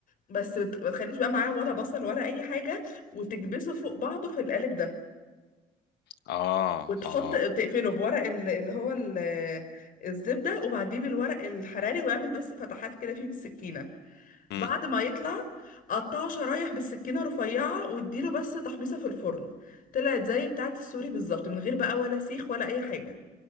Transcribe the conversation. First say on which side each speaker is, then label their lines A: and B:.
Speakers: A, on the left; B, on the left.
A: بس بت- ما تخليش بقى معاه ولا بصل ولا اي حاجه وتكبسه فوق بعضه في القالب ده
B: اه
A: وتحط
B: اه
A: تقفله بورق ال- اللي هو ال- الزبده وبعديه بالورق الحراري واعمل بس فتحات كده فيه بالسكينه
B: امم
A: بعد ما يطلع قطعه شرايح بالسكينة رفيعة واديله بس تحميصة في الفرن طلعت زي بتاعة السوري بالظبط من غير بقى ولا سيخ ولا أي حاجة